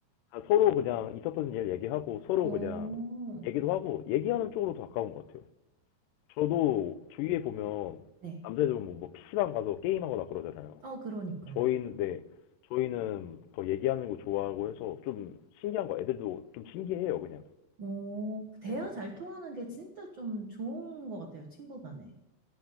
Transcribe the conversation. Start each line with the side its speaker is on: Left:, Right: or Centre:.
Left: 아, 서로 그냥 있었던 일 얘기하고, 서로
Right: 어,
Left: 그냥 얘기도 하고, 얘기하는 쪽으로 더 가까운 것 같아요. 저도 주위에 보면
Right: 네.
Left: 남자애들 보면 뭐 PC방 가서 게임하거나 그러잖아요.
Right: 어, 그러니까요.
Left: 저희인데 저희는 더 얘기하는 거 좋아하고 해서 좀 신기한 거 애들도 좀 신기해요 그냥.
Right: 오, 대화
Left: 네.
Right: 잘 통하는 게 진짜 좀 좋은 것 같아요, 친구 간에.